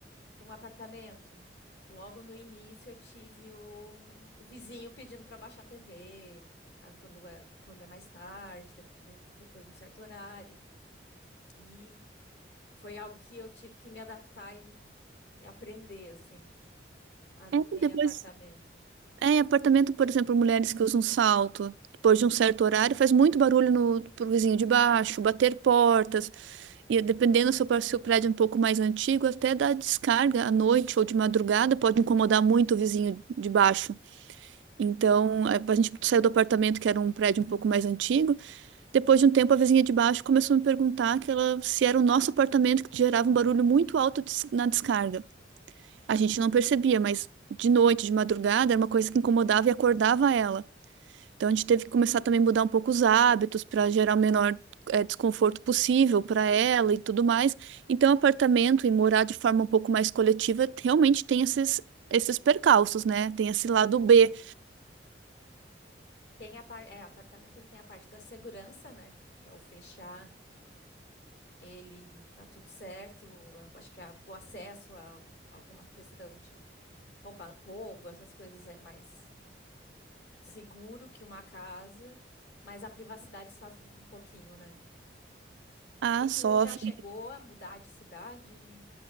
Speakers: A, on the left; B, on the right.
A: para um apartamento. Logo no início eu tive um- o vizinho pedindo para baixar a TV, a- quando é, quando é mais tarde, de- de- depois de um certo horário. E foi algo que eu tive que me adaptar e me aprender, assim, a viver
B: é,
A: em
B: depois
A: apartamento.
B: É, em apartamento, por exemplo, mulheres que usam salto, depois de um certo horário, faz muito barulho no, pro vizinho de baixo, bater portas. E dependendo se o par- se o prédio é um pouco mais antigo, até dá descarga à noite ou de madrugada, pode incomodar muito o vizinho de baixo. Então, a a gente saiu do apartamento, que era um prédio um pouco mais antigo. Depois de um tempo, a vizinha de baixo começou a me perguntar que ela, se era o nosso apartamento que gerava um barulho muito alto des- na descarga. A gente não percebia, mas de noite, de madrugada, era uma coisa que incomodava e acordava ela. Então a gente teve que começar também a mudar um pouco os hábitos para gerar o menor eh, desconforto possível para ela e tudo mais. Então, apartamento e morar de forma um pouco mais coletiva realmente tem esses, esses percalços, né? Tem esse lado B.
A: Tem a parte, é, apartamento ele tem a parte da segurança, né? Que é o fechar ele e tá tudo certo. A- Acho que a- o acesso a alguma questão de rouba- roubo, essas coisas é mais seguro que uma casa, mas a privacidade sofre um pouquinho, né?
B: Ah,
A: E
B: sofre.
A: tu já chegou a mudar de cidade?